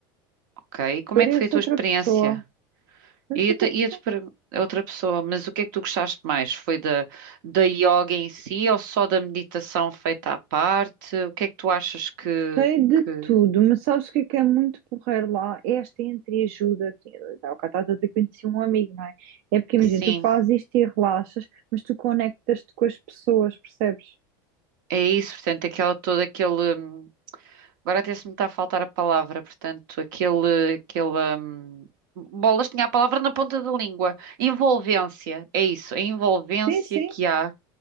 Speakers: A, on the right; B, on the right.
A: Ok, e como
B: pareço
A: é que foi a tua
B: outra
A: experiência?
B: pessoa, pareço
A: Ia-te,
B: outra pessoa.
A: ia-te per- a outra pessoa, mas o que é que tu gostaste mais? Foi da, da yoga em si ou só da meditação feita à parte? O que é que tu achas que,
B: Gostei de
A: que
B: tudo, mas sabes o que é que é muito porreiro lá? É Esta entreajuda, que- tá, o cara está que conheci um amigo, não é? É porque, imagina,
A: assim?
B: tu fazes isto e relaxas, mas tu conectas-te com as pessoas, percebes?
A: É isso, portanto, aquela, todo aquele. hum, Agora até se me está a faltar a palavra, portanto, aquele, aquele. hum, Bolas tinha a palavra na ponta da língua. Envolvência, é isso, a envolvência
B: Sim, sim,
A: que há